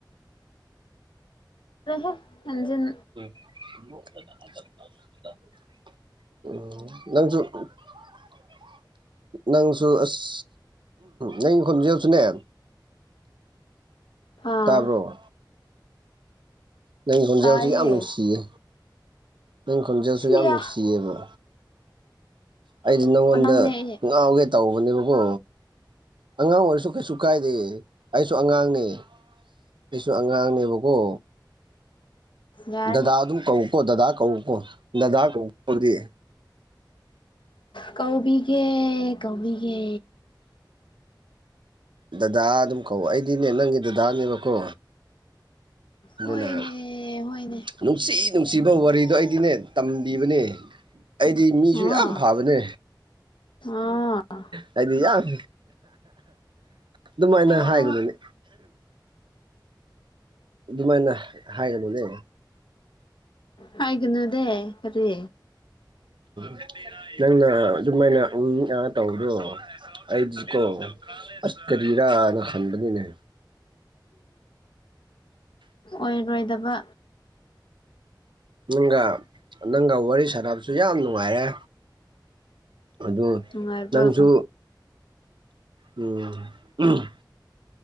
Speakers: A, on the left (about 85°); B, on the right (about 80°).
A: ꯑꯗꯨꯔ ꯍꯦ ꯏꯟꯖꯤꯟ
B: ꯎꯝ ꯎꯝ ꯅꯪꯁꯨ ꯅꯪꯁꯨ ꯑꯁ ꯅꯪꯒꯤ ꯈꯣꯟꯖꯦꯜꯁꯨꯅꯦ
A: ꯑꯥ
B: ꯇꯥꯔꯕꯣ ꯅꯪ ꯈꯣꯟꯖꯦꯜꯁꯨ
A: ꯇꯥꯏꯌꯦ
B: ꯌꯥꯝ ꯅꯨꯡꯁꯤꯌꯦ꯫ ꯅꯪ ꯈꯣꯟꯖꯦꯜꯁꯨ
A: ꯁꯤꯌꯥ
B: ꯌꯥꯝ ꯅꯨꯡꯁꯤꯌꯦꯕ ꯑꯩꯗꯤ ꯅꯪꯉꯣꯟꯗ
A: ꯑꯉꯥꯡꯅꯦ ꯑꯩ
B: ꯉꯥꯎꯒꯦ ꯇꯧꯕꯅꯦꯕꯀꯣ ꯑꯉꯥꯡ ꯑꯣꯏꯔꯁꯨ ꯀꯩꯁꯨ ꯀꯥꯏꯗꯦ ꯑꯩꯁꯨ ꯑꯉꯥꯡꯅꯦ ꯑꯩꯁꯨ ꯑꯉꯥꯡꯅꯦꯕꯀꯣ꯫
A: ꯌꯥꯔꯦ
B: ꯗꯗꯥ ꯑꯗꯨꯝ ꯀꯧꯎꯀꯣ ꯗꯗꯥ ꯀꯧꯎꯀꯣ ꯗꯗꯥ ꯀꯧꯣꯗꯤ
A: ꯀꯧꯕꯤꯒꯦ ꯀꯧꯕꯤꯒꯦ
B: ꯗꯗꯥ ꯑꯗꯨꯝ ꯀꯧ ꯑꯩꯗꯤꯅꯦ ꯅꯪꯒꯤ ꯗꯗꯥꯅꯦꯕꯀꯣ ꯑꯗꯨꯅ
A: ꯍꯣꯏꯅꯦ ꯍꯣꯏꯅꯦ
B: ꯅꯨꯡꯁꯤ ꯅꯨꯡꯁꯤꯕ ꯋꯥꯔꯤꯗꯣ ꯑꯩꯗꯤꯅꯦ ꯇꯝꯕꯤꯕꯅꯦ ꯑꯩꯗꯤ ꯃꯤꯁꯨ
A: ꯑꯥ
B: ꯌꯥꯝ ꯐꯕꯅꯦ
A: ꯑꯥ
B: ꯍꯥꯏꯗꯤ ꯌꯥꯝ ꯑꯗꯨꯃꯥꯏꯅ
A: ꯑꯌꯥ
B: ꯍꯥꯏꯒꯗꯅꯤ ꯑꯗꯨꯃꯥꯏꯅ ꯍꯥꯏꯒꯅꯨꯅꯦ
A: ꯍꯥꯏꯒꯅꯗꯦ ꯈꯔꯤ
B: <unintelligible> ꯅꯪꯅ ꯑꯗꯨꯃꯥꯏꯅ ꯎꯝ ꯑꯥ ꯇꯧꯕꯗꯣ ꯑꯩꯗꯤꯀꯣ ꯑꯁ ꯀꯔꯤꯔꯅ ꯍꯟꯕꯅꯤꯅꯦ
A: ꯑꯣꯏꯔꯣꯏꯗꯕ
B: ꯅꯪꯒ ꯅꯪꯒ ꯋꯥꯔꯤ ꯁꯥꯟꯅꯕꯁꯨ ꯌꯥꯝ ꯅꯨꯡꯉꯥꯏꯌꯦ ꯑꯗꯨ
A: ꯅꯨꯡꯉꯥꯏꯕ꯭ꯔꯣ
B: ꯅꯪꯁꯨ ꯎꯝ꯫